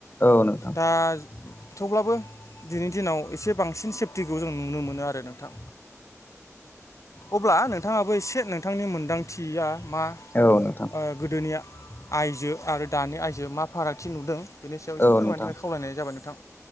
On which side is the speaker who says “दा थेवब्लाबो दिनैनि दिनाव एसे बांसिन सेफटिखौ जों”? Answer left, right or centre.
Left